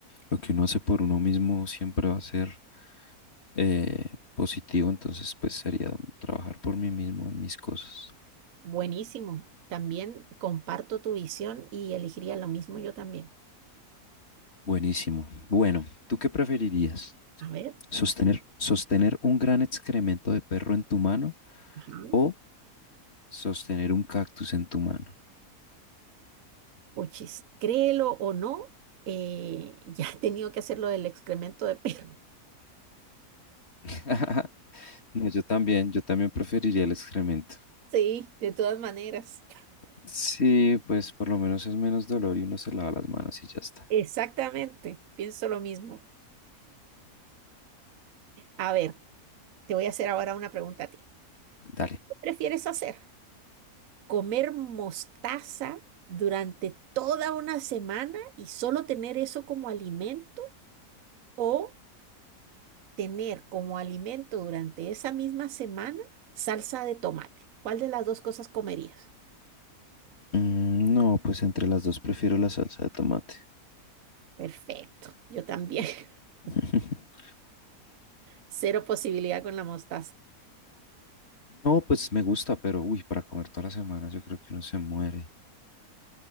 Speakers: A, on the left; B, on the right.
A: lo que uno hace por uno mismo siempre va a ser eh, positivo, entonces pues sería trabajar por mí mismo en mis cosas.
B: Buenísimo. También comparto tu visión y elegiría lo mismo yo también.
A: Buenísimo. Bueno, ¿tú qué preferirías?
B: A ver,
A: Sostener, sostener un gran excremento de perro en tu mano
B: ajá.
A: o sostener un cactus en tu mano.
B: Puchis, créelo o no, eh, <laughs> ya he tenido que hacer lo del excremento de perro. <laughs>
A: <laughs> No, yo también, yo también preferiría el excremento.
B: Sí, de todas maneras.
A: Sí, pues por lo menos es menos dolor y uno se lava las manos y ya está.
B: Exactamente, pienso lo mismo. A ver, te voy a hacer ahora una pregunta a ti.
A: Dale.
B: ¿Qué prefieres hacer? comer mostaza durante toda una semana y solo tener eso como alimento o tener como alimento durante esa misma semana salsa de tomate. ¿Cuál de las dos cosas comerías?
A: Mm, no, pues entre las dos prefiero la salsa de tomate.
B: Perfecto, yo también. <laughs>
A: <laughs>
B: Cero posibilidad con la mostaza.
A: No, pues me gusta, pero uy, para comer toda la semana yo creo que uno se muere.